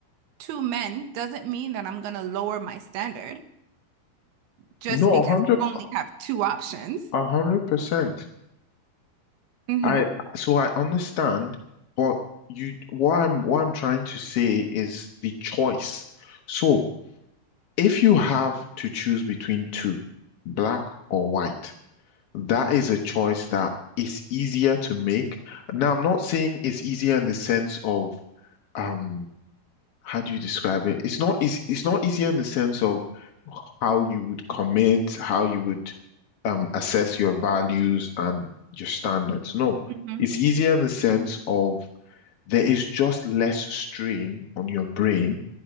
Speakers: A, on the right (about 80°); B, on the left (about 70°).
A: two men doesn't mean that I'm going to lower my standard just
B: No,
A: because
B: a hundred,
A: I only have two options.
B: a hundred percent.
A: hmm
B: I so I understand, but you what I'm what I'm trying to say is the choice. So if you have to choose between two, black or white, that is a choice that is easier to make. Now, I'm not saying it's easier in the sense of um how do you describe it? It's not easy, it's not easy in the sense of how you would commit, how you would um, assess your values and your standards. No,
A: hmm
B: it's easier in the sense of there is just less strain on your brain